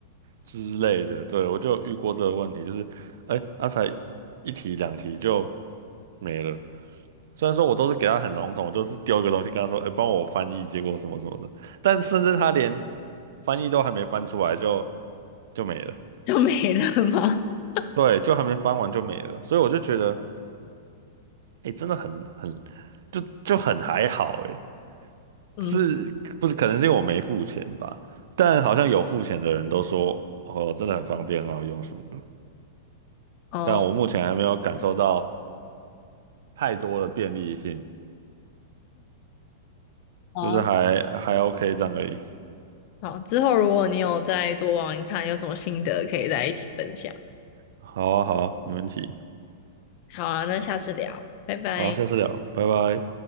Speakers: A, on the right; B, on the left.
A: 之类的，对，我就有遇过这个问题，就是哎，那、啊才一题两题就没了。虽然说我都是给他很笼统，我就是丢一个东西跟他说，哎、帮我翻译，结果什么什么的，但甚至他连翻译都还没翻出来就就没了，
B: 就没了吗？<laughs>
A: 对，就还没翻完就没了，所以我就觉得，哎、真的很很就就很还好、哎，
B: 嗯，
A: 是不是可能是因为我没付钱吧？但好像有付钱的人都说，哦，真的很方便，很好用什么的，
B: 哦，
A: 但我目前还没有感受到太多的便利性，
B: 好啊
A: 就是还还 OK 这样而已。
B: 好，之后如果你有再多玩玩看，有什么心得可以在一起分享。
A: 好啊，好啊，没问题，
B: 好啊，那下次聊，拜拜。
A: 好，下次聊，拜拜。